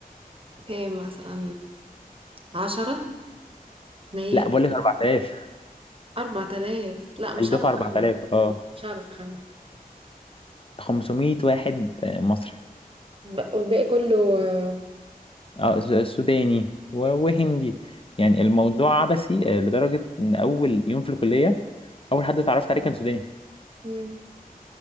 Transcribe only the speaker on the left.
لا بقول لك 4000
الدفعة
4000
اه
500 واحد آه، مصري
آه، س- سوداني و- وهندي يعني الموضوع عبثي آه، لدرجة إن أول يوم في الكلية أول حد اتعرفت عليه كان سوداني